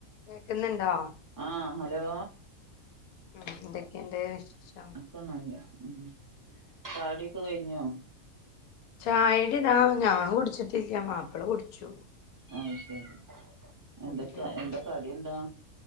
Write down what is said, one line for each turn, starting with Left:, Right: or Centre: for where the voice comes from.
Left: കേക്കുന്നുണ്ടോ
Right: ആഹ് ഹലോ
Left: ഉം എന്തൊക്കെണ്ട് വിശേഷം
Right: ക്കെ നല്ലഹ് ഉം ചായുട്യൊക്കെ കഴിഞ്ഞോ
Left: ചായുടിതാ ഞാൻ കുടിച്ചിട്ടില്ല മാപ്പിള കുടിച്ചു
Right: അഹ് ശരി എന്തക്ക
Left: ഓല് ജോബിന്
Right: എന്താ കടി എന്താ